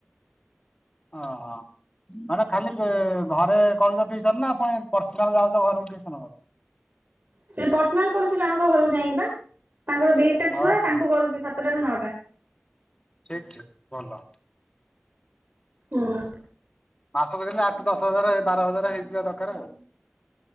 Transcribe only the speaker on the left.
ଓହୋ। ମାନେ ଖାଲି ଘରେ କରୁଛ ଟିଉସନ ନା ଫୁଣି ପର୍ସନାଲ ଯାଉଛ ଘରକୁ ଟିଉସନ କରି।
ହଁ
ଠିକ
ଠିକ୍ ଠିକ୍ ଭଲ।
ମାସକ ଯେମିତି ଆଠ ଦଶ ହଜାରେ ବାର ହଜାରେ ହେଇଯିବା ଦରକାର ଆଉ।